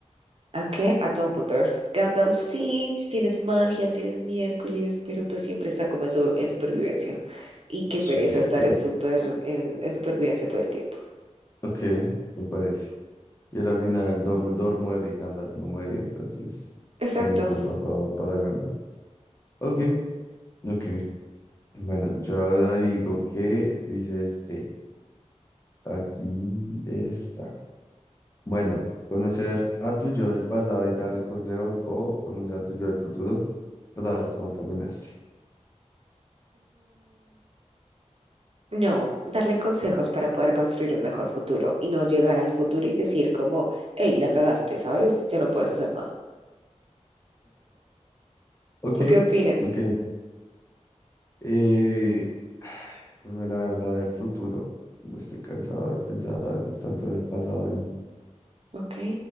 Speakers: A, on the right; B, on the left.
A: ¿A qué? A Dumbledore. Gandalf sí, tiene su magia, tiene su miércoles, pero pues siempre está como en, su- en supervivencia. Y qué
B: Su
A: pereza
B: miércoles.
A: estar en, super, en, en supervivencia todo el tiempo.
B: Ok, me parece. Y a la final Dumbledore muere y Gandalf no muere, entonces
A: Exacto.
B: también punto a favor para Gandalf. Ok, ok. Bueno, yo ahora digo que dice este. Aquí está. Bueno, conocer a tu yo del pasado y darle consejos o conocer a tu yo del futuro para ver cómo terminaste.
A: No, darle consejos para poder construir un mejor futuro y no llegar al futuro y decir como, hey, la cagaste, ¿sabes? Ya no puedes hacer nada.
B: Ok,
A: ¿Tú qué opinas?
B: ok. ent- Eh, <sighs> ay, bueno, la verdad del futuro. No estoy cansado de pensar a veces tanto del pasado y,
A: Ok,